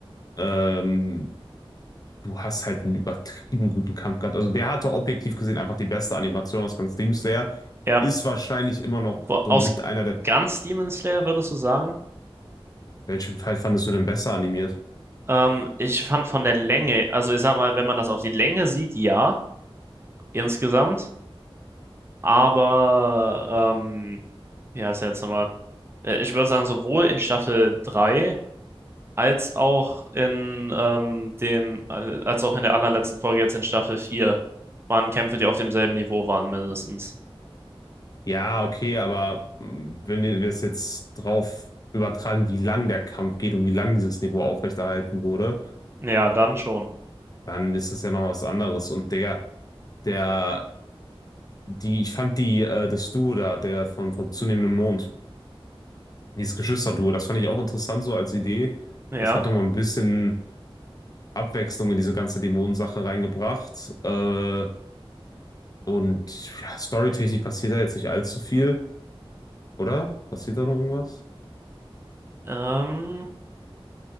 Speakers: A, on the left (about 40°); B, on the right (about 25°).
A: Ähm, du hast halt einen übertrieben guten Kampf gehabt. Also, der hatte objektiv gesehen einfach die beste Animation aus ganz Demon Slayer.
B: Ja,
A: Ist wahrscheinlich immer noch
B: wo,
A: so
B: aus
A: mit einer der
B: ganz Demon Slayer würdest du sagen?
A: welchen Fall fandest du denn besser animiert?
B: Ähm, ich fand von der Länge, also ich sag mal, wenn man das auf die Länge sieht, ja, insgesamt. Aber, ähm, ja, ist ja jetzt nochmal. äh, Ich würde sagen, sowohl in Staffel 3 als auch in ähm, dem, äh, als auch in der allerletzten Folge jetzt in Staffel 4 waren Kämpfe, die auf demselben Niveau waren, mindestens.
A: Ja, okay, aber, hm, wenn wir es jetzt drauf übertragen, wie lang der Kampf geht und wie lang dieses Niveau aufrechterhalten wurde,
B: Ja, dann schon.
A: dann ist das ja noch was anderes. Und Digga, der die ich fand die äh, das Duo da, der von vom zunehmenden Mond, dieses Geschwisterduo, das fand ich auch interessant so als Idee.
B: Ja.
A: Das hat noch mal 'n bisschen Abwechslung in diese ganze Dämonensache reingebracht. Äh, und ja, storytechnisch passiert da jetzt nicht allzu viel, oder? Passiert da noch irgendwas?
B: Ähm,